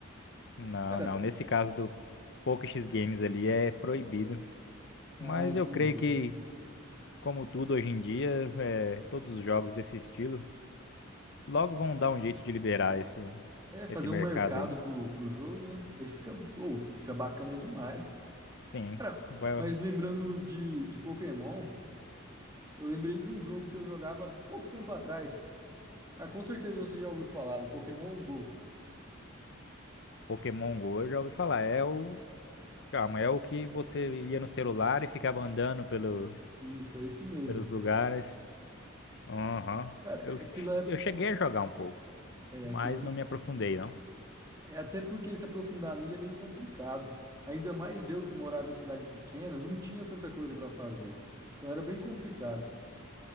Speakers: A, on the left (about 55°); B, on the right (about 15°).
A: Não,
B: Cara,
A: não. Nesse caso do Poker X Games ali é proibido.
B: ah,
A: Mas
B: entendi.
A: eu creio que, como tudo hoje em dia, é, todos os jogos desse estilo logo vão dar um jeito de liberar esse,
B: É fazer
A: esse mercado
B: um mercado
A: aí.
B: pro, pro jogo, né? Aí fica, pô, fica bacana demais.
A: Sim,
B: Cara,
A: vai-
B: mas lembrando de, de Pokémon, eu lembrei de um jogo que eu jogava pouco tempo atrás. Ah, com certeza você já ouviu falar do Pokémon Go.
A: Pokémon Go, eu já ouvi falar. É o. Calma, é o que você ia no celular e ficava andando pelo,
B: Isso, é esse mesmo.
A: pelos lugares. Aham.
B: Cara,
A: Eu,
B: é-
A: che-
B: aquilo é,
A: eu cheguei a jogar um pouco,
B: é
A: mas
B: aquele.
A: não me aprofundei, não.
B: É até porque se aprofundar nele é meio complicado. Ainda mais eu que morava em cidade pequena, não tinha tanta coisa pra fazer. Então era bem complicado.